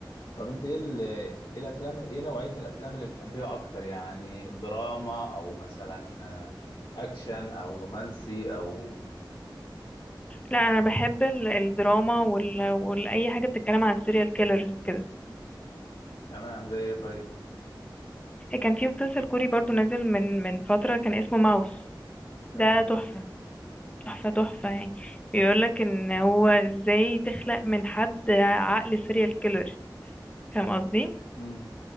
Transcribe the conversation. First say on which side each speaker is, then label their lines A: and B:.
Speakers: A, on the left; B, on the left.
A: طب انت ايه ال... ايه الافلام ايه نوعية الافلام اللي بتحبيها اكتر يعني دراما او مثلا آه، اكشن او رومانسي او
B: لا انا بحب ال- الدراما وال... والاي حاجه بتتكلم عن السيريال كيلرز وكده
A: تمام زي ايه طيب
B: كان في مسلسل كوري برضه نازل من من فتره كان اسمه ماوس
A: تمام
B: ده تحفه تحفه تحفه يعني بيقولك ان هو ازاي تخلق من حد عقل سيريال كيلر فاهم قصدي
A: امم